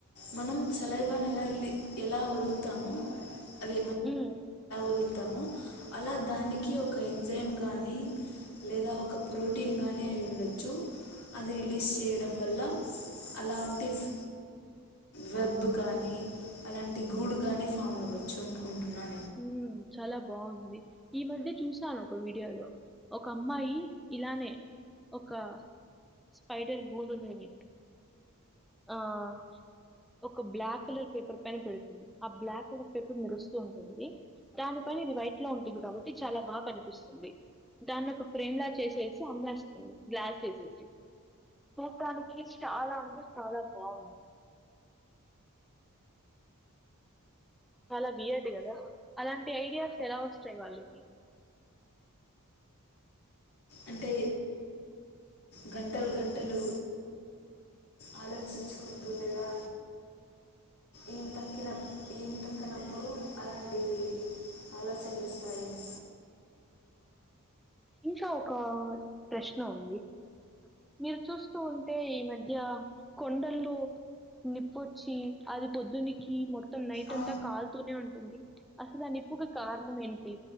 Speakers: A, on the left (about 75°); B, in the centre.
A: మనం చలైవాన్ ఎలా ఉంది ఎలా వదులుతామో అది
B: ఉమ్
A: తామో అలా దానికి ఒక ఏంజైం గానీ లేదా ఒక ప్రోటీన్ గాని అయి ఉండొచ్చు అది రిలీజ్ చేయడం వల్ల అలాంటి ఫ్ వెబ్ గాని అలాంటి గూడు గాని ఫామ్ అవ్వచ్చు అనుకుంటున్నాన్
B: ఉమ్ చాలా బాగుంది ఈ మధ్య చూసాను ఒక వీడియోలో ఒక అమ్మాయి ఇలానే ఒక స్పైడర్ గూడున్నది ఆహ్ ఒక బ్లాక్ కలర్ పేపర్ పైన పెడుతుంది ఆ బ్లాక్ కలర్ పేపర్ మెరుస్తూ ఉంది ది దాని పైన ఇది వైట్ లో ఉంటుంది కాబట్టి చాలా బా కనిపిస్తుంది దాన్ని ఒక ఫ్రేమ్ లా చేసేసి అమ్మేస్తుంది గ్లాస్ చేసేసి చూస్తానికి చాలా అంటే చాలా బావుంది చాలా వియార్డ్ గదా అలాంటి ఐడియాస్ ఎలా ఒస్తయ్ వాళ్ళకి <inaudible>
A: అంటే గంటలు గంటలు ఆలోచించుకుంటుంది గదా ఎం తక్కిన ఎం తక్కనపుడు అలంటియ్ ఆలోచనలు వస్తాయేమో
B: ఇంకా ఒక అహ్ ప్రశ్న ఉంది మీరు చూస్తూ ఉంటే ఈ మధ్య కొండల్లూ నిప్పొచ్చి అది పొద్దునికి మొత్తం నైట్
A: ఆ,
B: అంతా కాల్తూనే ఉంటుంది అసలు ఆ ని ప్పుకి కారణం ఏంటి